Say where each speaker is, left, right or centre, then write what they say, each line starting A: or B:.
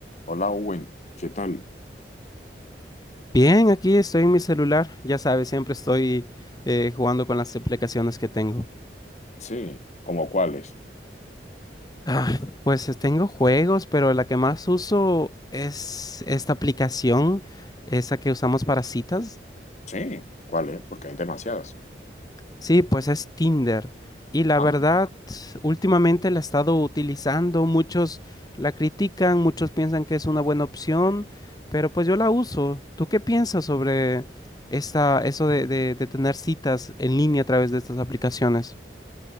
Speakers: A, on the left; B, on the left.
A: Hola, Owen, ¿qué tal?
B: Bien, aquí estoy en mi celular. Ya sabes, siempre estoy eh, jugando con las aplicaciones que tengo.
A: Sí, ¿como cuáles?
B: Ah, pues eh, tengo juegos, pero la que más uso es esta aplicación, esa que usamos para citas.
A: Sí, ¿cuáles? Porque hay demasiadas.
B: Sí, pues es Tinder. Y la
A: Ah,
B: verdad, últimamente la he estado utilizando. Muchos la critican, muchos piensan que es una buena opción, pero pues yo la uso. ¿Tú qué piensas sobre esta, eso de de- de tener citas en línea a través de estas aplicaciones?